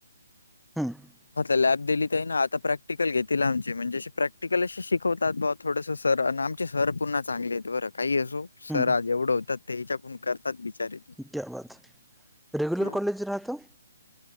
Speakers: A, in the centre; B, on the left (about 85°).
A: हम्म
B: म्हटलं लॅब दिली ती यान आता प्रॅक्टिकल घेतील आमचे म्हणजे अशे प्रॅक्टिकल अशे शिकवतात बॉ थोडस सर अन आमचे सर पुन्हा चांगले येत बरं काही असो.
A: हम्म
B: सर आज एवढं होतात ते हिच्याकून करतात बिचारे ते.
A: तेव्हाच रेग्युलर
B: हां
A: कॉलेज राहतो?